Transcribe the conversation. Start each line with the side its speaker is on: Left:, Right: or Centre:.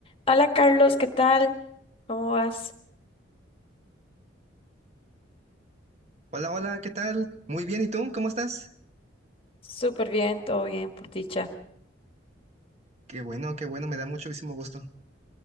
Left: Hola Carlos, ¿qué tal? ¿Cómo vas?
Right: Hola, hola, ¿qué tal? Muy bien, ¿y tú? ¿Cómo estás?
Left: Súper bien, todo bien, por dicha.
Right: Qué bueno, qué bueno, me da muchísimo gusto.